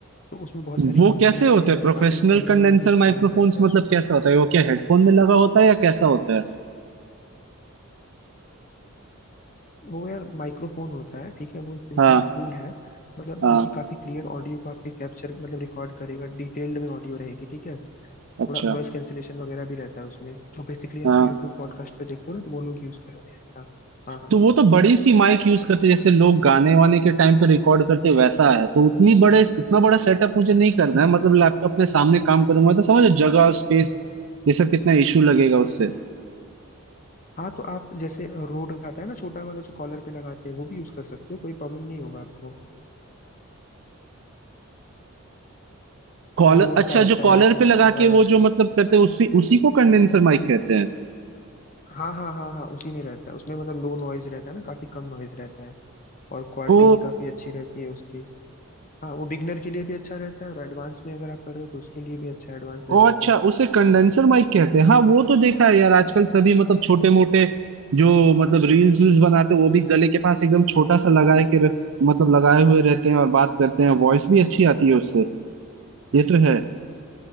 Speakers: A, on the left; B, on the right.
A: तो उसमें बहुत सारी
B: वो
A: कंपनीज
B: कैसे होते
A: के
B: हैं
A: हैं
B: प्रोफेशनल
A: काफी क्लियर
B: कंडेंसर
A: और रिच
B: माइक्रोफोन्स
A: साउंड रहता है
B: मतलब
A: उसमें
B: कैसा होता है वो क्या हेडफोन में लगा होता है या कैसा होता है
A: वो यार माइक्रोफोन होता है ठीक है वो एक तरीके
B: हाँ
A: का टूल है मतलब
B: हाँ
A: जो कि काफी क्लियर ऑडियो को आपके कैप्चर मतलब रिकॉर्ड करेगा डिटेल्ड में ऑडियो रहेगी ठीक है
B: अच्छा
A: थोड़ा नॉइस कैंसिलेशन वगैरह भी रहता है उसमें जो बेसिकली
B: हाँ
A: आप यूट्यूब पॉडकास्ट पे देखते हो ना तो वो लोग यूज कर रहे हैं ऐसा हाँ हाँ
B: तो वो तो बड़ी सी माइक यूज करते हैं, जैसे लोग गाने वाने के टाइम पे रिकॉर्ड करते हैं, वैसा है तो उतनी बड़े उतना बड़ा सेटअप मुझे नहीं करना है मतलब लैपटॉप में सामने काम करूंगा तो समझो जगह और स्पेस ये सब कितना इशू लगेगा उससे
A: हाँ तो आप जैसे रोड का आता है ना छोटा वाला जो कॉलर पे लगाते हैं वो भी यूज कर सकते हो कोई प्रॉब्लम नहीं होगा आपको
B: कॉलर
A: रोड
B: अच्छा
A: का आता
B: जो कॉलर
A: है फिर
B: पे
A: उसके
B: लगा
A: बाद
B: के वो जो मतलब करते हैं उसी उसी को कंडेंसर माइक कहते हैं
A: हाँ हाँ हाँ हाँ उसी में रहता है उसमें मतलब लो नॉइज रहता है ना काफी कम नॉइज रहता है और क्वालिटी
B: ओ
A: भी काफी अच्छी रहती है उसकी हाँ वो बिगनर के लिए भी अच्छा रहता है और एडवांस में अगर आप कर रहे हो तो उसके लिए भी अच्छा है एडवांस लेवल
B: ओ अच्छा
A: पे
B: उसे कंडेंसर माइक कहते हैं हाँ वो तो देखा है यार आजकल सभी मतलब छोटे मोटे जो मतलब रील्स वील्स बनाते हैं वो भी गले के पास एकदम छोटा सा लगाए के रख मतलब लगाए हुए रहते हैं और बात करते हैं वॉइस भी अच्छी आती है उससे ये तो है